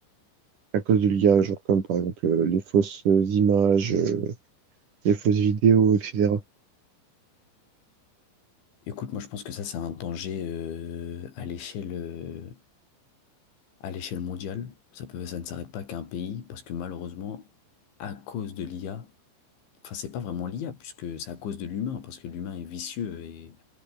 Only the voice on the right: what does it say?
à cause de l'IA, genre comme par exemple euh, les fausses euh, images, euh, les fausses vidéos, etc.